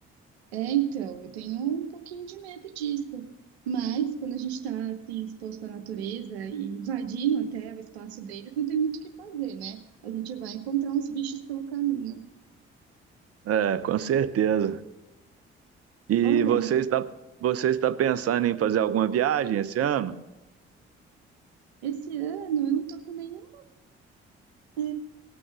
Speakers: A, on the right; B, on the right.
A: É, então, eu tenho um pouquinho de medo disso. Mas quando a gente está assim exposto à natureza e invadindo até o espaço deles, não tem muito o que fazer, né? A gente vai encontrar uns bichos pelo caminho.
B: É, com certeza. E
A: Olha,
B: você está, você está pensando em fazer alguma viagem esse ano?
A: esse ano eu não tô com nenhum é,